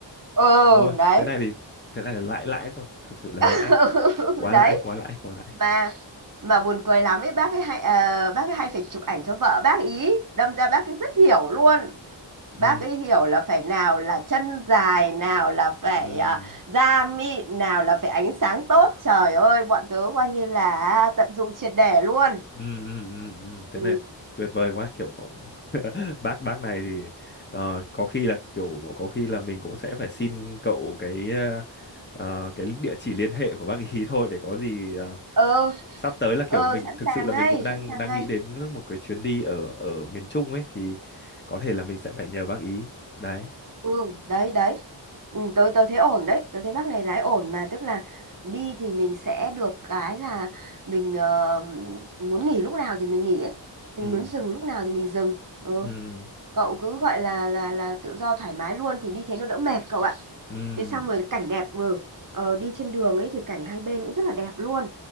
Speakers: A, on the right; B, on the left.
A: ừ
B: ôi
A: đấy
B: thế này thì thế này là lãi lãi rồi thật sự là
A: <laughs>
B: lãi quá
A: đấy
B: lãi quá lãi quá lãi
A: mà mà buồn cười lắm ấy bác ấy hay ờ, bác ấy hay phải chụp ảnh cho vợ bác ý đâm ra bác ấy rất hiểu luôn
B: ừ
A: bác ấy hiểu là phải nào là chân dài nào là phải
B: ừ
A: ờ, da mịn nào là phải ánh sáng tốt trời ơi bọn tớ coi như là tận dụng triệt để luôn
B: ừ, ừ, ừ, ừ. thế
A: ừ
B: này tuyệt vời quá kiểu <laughs> bác bác này thì ờ, có khi là kiểu có khi là mình cũng sẽ phải xin cậu cái ờ, ờ, cái địa chỉ liên hệ của bác ý <laughs> thôi để có gì ờ,
A: ờ
B: sắp tới là kiểu
A: ờ
B: mình
A: sẵn
B: thực
A: sàng
B: sự là
A: ngay
B: mình cũng đang
A: sẵn sàng
B: đang
A: ngay
B: nghĩ đến một cái chuyến đi ở ở miền Trung ấy thì có thể là mình sẽ phải nhờ bác ý đấy
A: ừ đấy đấy ừ, tôi tôi thấy ổn đấy tôi thấy bác này lái ổn mà tức là đi thì mình sẽ được cái là mình ờ, muốn nghỉ lúc nào thì mình nghỉ ấy mình
B: ừ
A: muốn dừng lúc nào thì mình dừng ừ.
B: ừ
A: cậu cứ gọi là là là tự do thoải mái luôn thì đi thế nó đỡ mệt cậu ạ
B: ừ
A: thế xong rồi cảnh đẹp ừ. ờ, đi trên đường ấy thì cảnh hai bên cũng rất là đẹp luôn